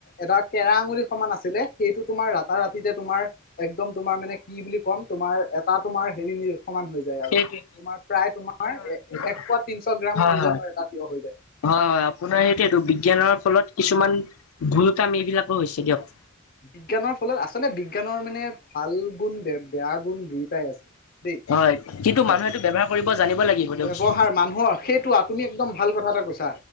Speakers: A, on the left; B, on the left.
A: এটা কেৰা আঙুলি সমান আছিলে সেইটোত তোমাৰ ৰাতাৰ ৰাতিতে তোমাৰ একদম তোমাৰ মানে কি বুলি ক'ম তোমাৰ এটা তোমাৰ হেৰি সমান হৈ যায় আৰু
B: সেইটোৱে
A: তোমাৰ প্ৰায় তোমাৰ
B: হয়
A: এ এক পোৱা তিনশ গ্ৰাম
B: হয়
A: ওজনৰ এটা তিয়হ হৈ যায়
B: হয় হয় আপোনাৰ সেইটোয়েতো বিজ্ঞানৰ ফলত কিছুমান ভুল কাম এইবিলাকো হৈছে দিয়ক
A: বিজ্ঞানৰ ফলত আচলতে বিজ্ঞানৰ মানে ভাল গুণ বেয়া গুণ দুইটাই আছে দেই
B: হয় কিন্তু
A: হয়
B: মানুহেটো ব্যৱহাৰ কৰিব জানিব লাগিব দিয়কচোন
A: ব্যৱহাৰ মানুহৰ সেইটো আপুনি একদম ভাল কথা এটা কৈছা